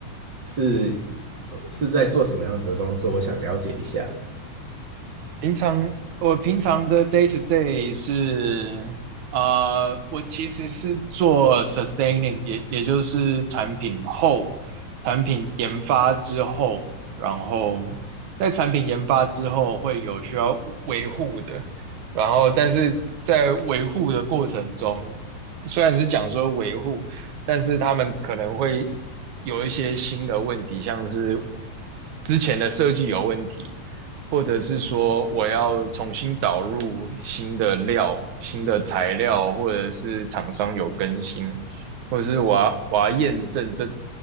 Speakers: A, on the right (about 35°); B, on the right (about 65°).
A: 是呃是在做什么样子的工作？我想了解一下。
B: 平常我平常的 day to day 是，啊，我其实是做 sustaining，也也就是产品后，产品研发之后，然后在产品研发之后会有需要维护的，然后但是在维护的过程中，虽然是讲说维护，但是他们可能会有一些新的问题，像是之前的设计有问题。或者是说我要重新导入新的料、新的材料，或者是厂商有更新，或者是我要我要验证这